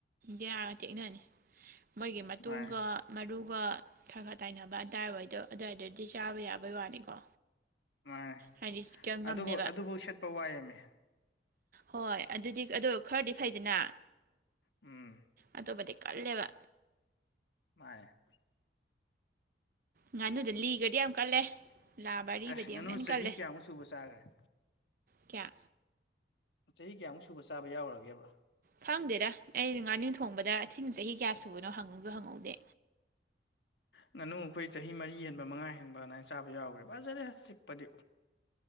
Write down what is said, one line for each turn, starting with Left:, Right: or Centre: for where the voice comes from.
Right: ꯌꯥꯒ ꯇꯦꯛꯅꯅꯤ ꯃꯣꯏꯒꯤ ꯃꯇꯣꯡꯒ
Left: ꯃꯥꯅꯦ
Right: ꯃꯔꯨꯒ ꯈꯔ ꯈꯔ ꯇꯥꯏꯅꯕ ꯑꯗꯥꯏꯋꯥꯏꯗꯣ ꯑꯗ꯭ꯋꯥꯏꯗꯗꯤ ꯆꯥꯕ ꯌꯥꯕꯩ ꯋꯥꯅꯤꯀꯣ
Left: ꯃꯥꯅꯦ
Right: ꯍꯥꯏꯗꯤ ꯀꯌꯥ ꯉꯝꯃꯦꯕ
Left: ꯑꯗꯨꯕꯨ ꯑꯗꯨꯕꯧ ꯁꯦꯠꯄ ꯋꯥꯏꯌꯦꯃꯤ
Right: ꯍꯣꯏ ꯑꯗꯨꯗꯤ ꯑꯗꯣ ꯈꯔꯗꯤ ꯐꯩꯗꯅ
Left: ꯎꯝ
Right: ꯑꯇꯣꯞꯄꯗꯤ ꯀꯜꯂꯦꯕ
Left: ꯃꯥꯅꯦ
Right: ꯉꯥꯅꯨꯗ ꯂꯤꯒ꯭ꯔꯗꯤ ꯌꯥꯝ ꯀꯜꯂꯦ ꯂꯥꯕ ꯑꯔꯤꯕꯗꯤ
Left: ꯑꯁ ꯉꯥꯅꯨ
Right: ꯑꯃꯨꯛ ꯍꯦꯟꯅ
Left: ꯆꯍꯤ
Right: ꯀꯜꯂꯦ
Left: ꯀꯌꯥꯃꯨꯛ ꯁꯨꯕ ꯆꯥꯈ꯭ꯔꯦ
Right: ꯀꯌꯥ
Left: ꯆꯍꯤ ꯀꯌꯥꯃꯨꯛ ꯁꯨꯕ ꯆꯥꯕ ꯌꯥꯎꯒ꯭ꯔꯒꯦꯕ
Right: ꯈꯪꯗꯦꯗ ꯑꯩ ꯉꯥꯅꯨ ꯊꯣꯡꯕꯗ ꯊꯤꯅ ꯆꯍꯤ ꯀꯌꯥ ꯁꯨꯕꯅꯣ ꯍꯪꯁꯨ ꯍꯪꯍꯧꯗꯦ
Left: ꯉꯥꯅꯨ ꯑꯩꯈꯣꯏ ꯆꯍꯤ ꯃꯔꯤ ꯍꯦꯟꯕ ꯃꯉꯥ ꯍꯦꯟꯕ ꯑꯗꯥꯏꯅ ꯆꯥꯕ ꯌꯥꯎꯒ꯭ꯔꯦ ꯐꯖꯔꯦ ꯆꯤꯛꯄꯗꯤ